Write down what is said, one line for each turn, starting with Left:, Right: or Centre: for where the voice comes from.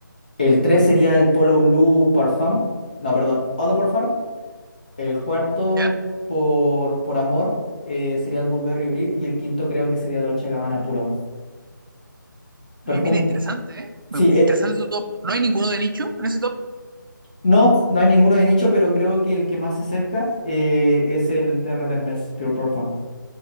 Left: El tres sería el Polo Blue Parfum. No, perdón, Eau de Parfum. El cuarto,
Right: ¿Ya?
Left: por, por amor, eh, sería el Burberry Brit y el quinto creo que sería Dolce Gabbana Puro. Perfume,
Right: Eh, mira, interesante, ¿eh? Me-
Left: sí,
Right: me-
Left: eh,
Right: Interesante tu top. ¿No hay ninguno de nicho en ese top?
Left: no, no hay ninguno de nicho, pero creo que el que más se acerca eh, es el Terre d'Hermès Pure Perfume.